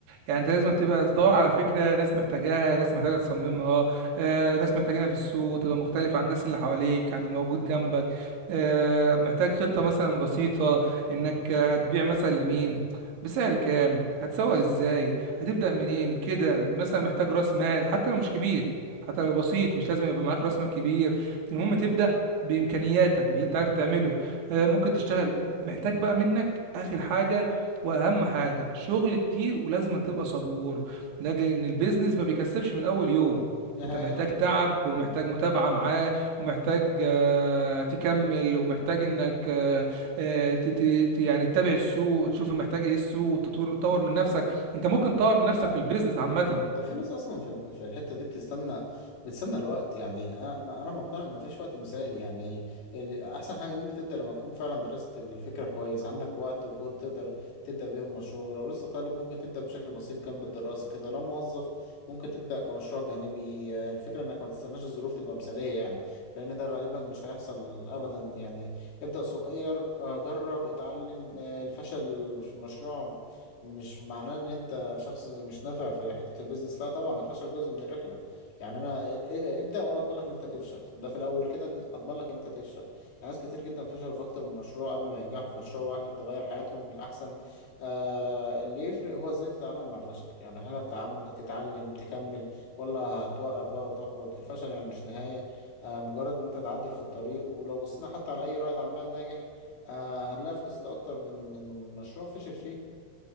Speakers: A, on the right; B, on the left.
A: يعني انت لازم تبقى تدور على فكره ناس محتاجاها ناس محتاجه تصممها آه، ناس محتاجينها في السوق تبقى مختلف عن الناس اللي حواليك عن الموجود جنبك آه، محتاج خطه مثلا بسيطه انك هتبيع مثلا لمين بسعر كام هتسوق
B: امم
A: ازاي هتبدا منين كده مثلا محتاج راس مال حتى لو مش كبير حتى لو بسيط مش لازم يبقى معاك راس مال كبير المهم تبدا بامكانياتك باللي انت عارف تعمله آه، ممكن تشتغل محتاج بقى منك اخر حاجه واهم حاجه شغل كتير ولازم تبقى صبور لاجل ان البيزنس ما بيكسبش من اول يوم
B: دي
A: انت
B: حقيقة
A: محتاج تعب ومحتاج متابعه معاه ومحتاج آه، تكمل ومحتاج انك آه، آه، ت- ت- ت- يعني تتابع السوق وتشوف محتاج ايه السوق وتطور تطور من نفسك انت ممكن تطور من
B: لا
A: نفسك في البيزنس عامه
B: ده في ناس اصلا في ال- في الحته دي بتستنى بتستنى الوقت يعني انا ما- انا مقتنع ان مفيش وقت مثالي يعني ال- احسن حاجه ان انت تبدا لما تكون فعلا درست الفكره كويس عندك وقت وجهد تقدر تبدا بيهم مشروع لو لسه طالب ممكن تبدا بشكل بسيط جنب الدراسه كده لو موظف ممكن تبدا كمشروع جانبي آه، الفكره انك ما تستناش الظروف تبقى مثاليه يعني لان ده غالبا مش هيحصل ابدا يعني ابدا صغير آه، جرب اتعلم آه، الفشل في المشروع مش معناه ان انت شخص مش نافع في حته البيزنس لا طبعا الفشل جزء من الرحله يعني انا إيه- إيه- إيه، ابدا وانا اضمن لك ان انت تفشل ده في الاول كده إن- اضمن لك ان انت تفشل يعني ناس كتير جدا فشلوا في اكتر من مشروع قبل ما ينجحوا في مشروع واحد تغير حياتهم للاحسن آه اللي يفرق هو ازاي تتعامل مع الفشل يعني هل هتتعم- تتعلم تكمل ولا هتوقف بقى وتحبط الفشل يعني مش نهايه آه مجرد ان انت تعدل في الطريق ولو بصينا حتى على اي رائد اعمال ناجح آه هنلاقي في قصته اكتر من من مشروع فشل فيه